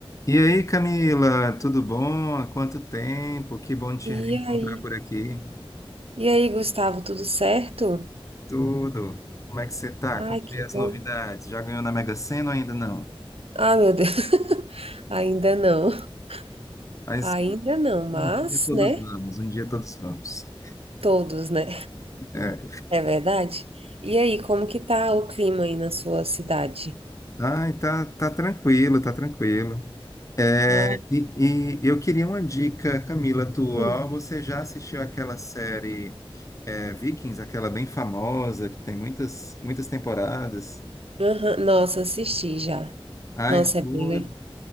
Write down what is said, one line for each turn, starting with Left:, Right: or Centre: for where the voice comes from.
Left: E aí, Camila, tudo bom? Há quanto tempo? Que bom te reencontrar
Right: E aí?
Left: por aqui.
Right: E aí, Gustavo, tudo certo?
Left: Tudo. Como é que você tá?
Right: Ai,
Left: Contei
Right: que
Left: as
Right: bom.
Left: novidades. Já ganhou na Mega Sena ou ainda não?
Right: Ah, meu Deus. <laughs> Ainda não.
Left: Mas
Right: Ainda não, mas,
Left: um dia todos
Right: né?
Left: vamos, um dia todos vamos.
Right: Todos, né?
Left: É.
Right: É verdade? E aí, como que tá o clima aí na sua cidade?
Left: Ai, tá, tá tranquilo, tá tranquilo. É,
Right: Ai,
Left: e, e eu queria uma dica, Camila, tua.
Right: hum.
Left: Você já assistiu aquela série é, Vikings, aquela bem famosa, que tem muitas, muitas temporadas?
Right: Aham. Nossa, assisti já.
Left: Ai,
Right: Nossa,
Left: fui,
Right: é bem. le-
Left: O